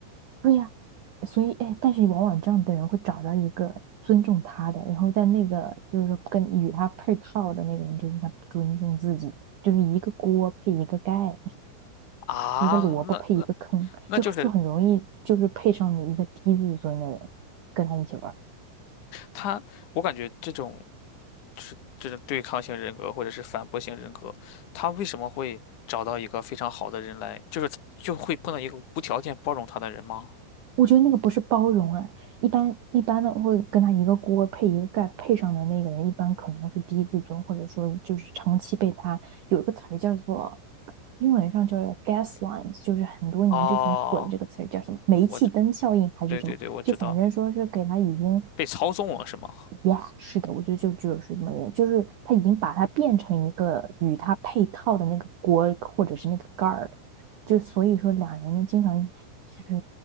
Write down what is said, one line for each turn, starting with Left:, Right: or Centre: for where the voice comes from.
Right: 对呀，所以，哎，但是往往这样的人会找到一个尊重他的，然后在那个就是说跟与他配套的那个人，就是他不尊重自己，就是一个锅配一个盖，
Left: 啊。
Right: 一个萝卜配一个坑，
Left: 那那那就是
Right: 就就很容易就是配上你一个低自尊的人跟他一起玩
Left: 他，我感觉这种就是这种对抗性人格或者是反驳性人格，他为什么会找到一个非常好的人来，就是就会碰到一个无条件包容他的人吗？
Right: 我觉得那个不是包容啊，一般一般的会跟他一个锅配一个盖，配上的那个人一般可能是低自尊，或者说就是长期被他有一个词儿叫做英文上叫做 gaslight，就是很多年之前火的这个词儿叫什么煤气灯效应还是什么，
Left: 哦，我知，对对对，我知道，
Right: 就反正说是给他已经
Left: 被操纵了是吗？
Right: y e a 是的，我觉得就就是这么点，就是他已经把它变成一个与它配套的那个锅或者是那个盖儿了，就所以说俩人呢经常就是